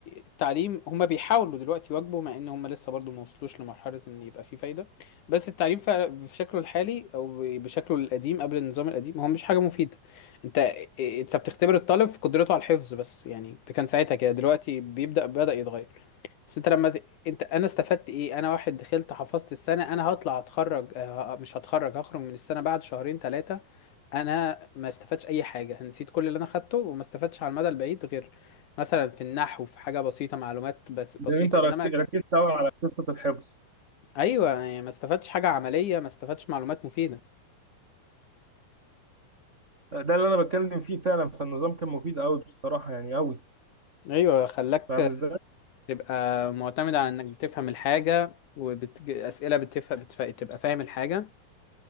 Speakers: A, on the left; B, on the right.
A: التعليم هما بيحاولوا دلوقتي يواكبوا مع ان هما لسه برضو ما وصلوش لمرحله ان يبقى فيه فايده بس التعليم فع- بشكله الحالي او ب- بشكله القديم قبل النظام القديم هو مش حاجه مفيده انت انت بتختبر الطالب في قدرته على الحفظ بس يعني ده كان ساعتها كده دلوقتي بيبدا بدأ يتغير بس انت لما ت- انت انا استفدت ايه انا واحد دخلت حفظت السنه انا هطلع اتخرج اه، مش هتخرج هخرج من السنه بعد شهرين ثلاثه انا ما استفدتش اي حاجه نسيت كل اللي انا خدته وما استفدتش على المدى البعيد غير مثلا في النحو في حاجه بسيطه معلومات بس بسيطه
B: لان انت ركز-
A: انما ك...
B: ركزت قوي على قصه الحفظ
A: ايوه يعني ما استفدتش حاجه عمليه ما استفدتش معلومات مفيده
B: ده اللي انا بتكلم فيه فعلا فالنظام كان مفيد قوي بصراحه يعني قوي
A: ايوه خلاك
B: فاهم ازاي
A: تبقى معتمد على انك بتفهم الحاجه واسئله بتفهم بتف... تبقى فاهم الحاجه